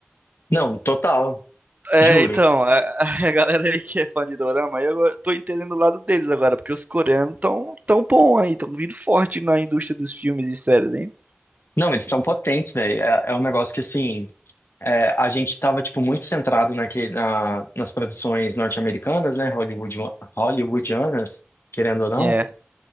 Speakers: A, on the left (about 60°); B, on the right (about 40°).
A: Não, total.
B: É,
A: Juro.
B: então, a, <laughs> a galera aí que é fã de dorama, eu tô entendendo o lado deles agora, porque os coreanos tão, tão bom aí, tão vindo forte na indústria dos filmes e séries, hein?
A: Não, eles estão potentes, velho. É, é um negócio que, assim. é, a gente tava, tipo, muito centrado naquele, na, nas produções norte-americanas, né? Hollywood, hollywoodianas, querendo ou não.
B: É,